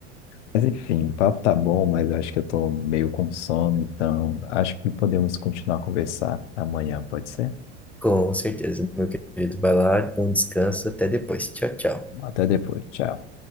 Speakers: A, on the left (about 80°); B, in the centre.
A: Mas enfim, o papo tá bom, mas eu acho que eu tô meio com sono, então acho que podemos continuar a conversar amanhã, pode ser?
B: Com certeza, meu querido. Vai lá, bom descanso, até depois. Tchau, tchau.
A: Até depois, tchau.